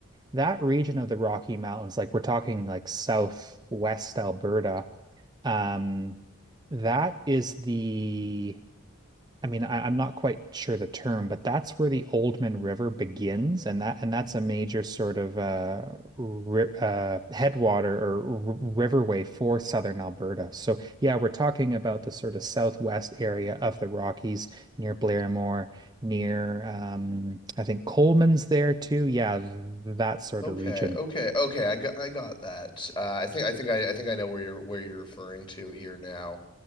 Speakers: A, on the right (about 20°); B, on the left (about 20°).
A: that region of the Rocky Mountains, like we're talking like southwest Alberta, um, that is the I mean, I, I'm not quite sure the term, but that's where the Oldman River begins, and that and that's a major sort of uh, ri uh, headwater or r riverway for southern Alberta. So yeah, we're talking about the sort of southwest area of the Rockies near Blairmore, near um, I think Coleman's there too. Yeah, th- that sort
B: Okay,
A: of region.
B: okay, okay. I got I got that. Uh, I think I think I, I think I know where you're where you're referring to here now.